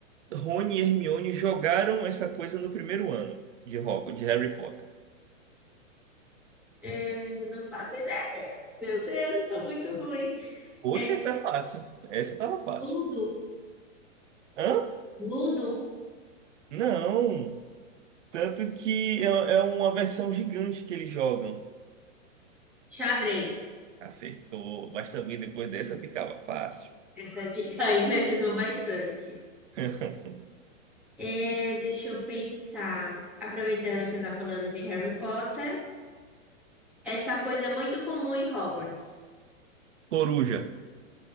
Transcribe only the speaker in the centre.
é, não faço ideia. Meu Deus, eu sou muito ruim.
É
Ludo.
Ludo.
Xadrez.
Essa dica aí me ajudou bastante.
É, deixa eu pensar. Aproveitando que você tá falando de Harry Potter, essa coisa é muito comum em Hogwarts.